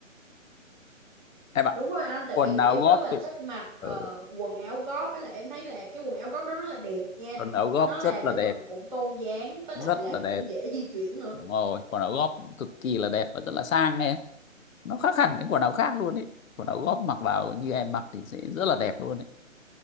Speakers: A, on the left; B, on the right.
A: Em ạ,
B: Đúng rồi anh, tại
A: quần
B: vì
A: áo
B: em
A: golf
B: rất là
A: thì-
B: thích mặc
A: ừ,
B: ờ, quần áo golf, với lại em thấy là cái quần áo golf nó rất là đẹp nha.
A: quần áo golf
B: Nó
A: rất
B: làm
A: là
B: cho
A: đẹp,
B: mình cũng tôn dáng, với
A: rất
B: lại là
A: là đẹp.
B: cũng dễ di chuyển nữa.
A: Đúng rồi, quần áo golf cực kỳ là đẹp và rất là sang em nó khác hẳn những quần áo khác luôn đấy quần áo góp mặc vào như em mặc thì sẽ rất là đẹp luôn đấy